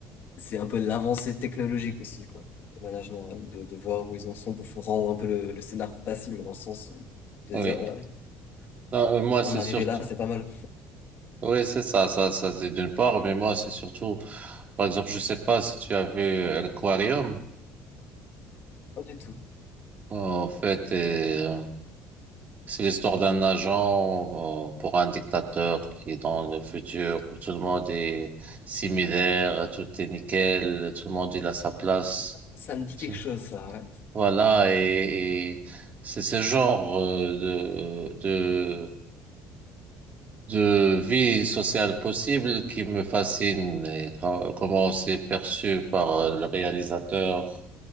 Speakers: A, on the left; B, on the right.
A: c'est un peu l'avancée technologique aussi, quoi. De manière générale, de, de voir où ils en sont pour rendre un peu le, le scénar facile, mais dans le sens de
B: Oui.
A: se dire, ouais,
B: Non, euh, moi,
A: on
B: c'est
A: arrivait
B: surtout.
A: là, c'est pas mal.
B: Oui, c'est ça, ça, ça, c'est d'une part, mais moi, c'est surtout. Par exemple, je sais pas si tu as vu euh, Aquarium.
A: Pas du tout.
B: En fait, et, euh, c'est l'histoire d'un agent euh, pour un dictateur qui est dans le futur. où Tout le monde est similaire, tout est nickel, tout le monde il a sa place.
A: Ça me dit
B: C'est-
A: quelque chose, ça, ouais.
B: Voilà, et, et c'est ce genre euh, de, de de vie sociale possible qui me fascine et tra- comment c'est perçu par euh, le réalisateur.